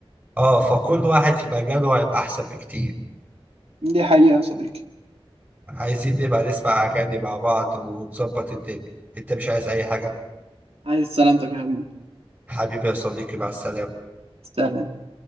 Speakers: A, on the right; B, on the right.
A: اه فكل واحد في مجاله هيبقى احسن بكتير
B: دي حقيقة يا صديقي
A: عايزين نبقى نسمع أغاني مع بعض ونظبط الدنيا أنت مش عايز أي حاجة
B: عايز سلامتك يا حبيبي
A: حبيبي يا صديقي مع السلامة
B: سلام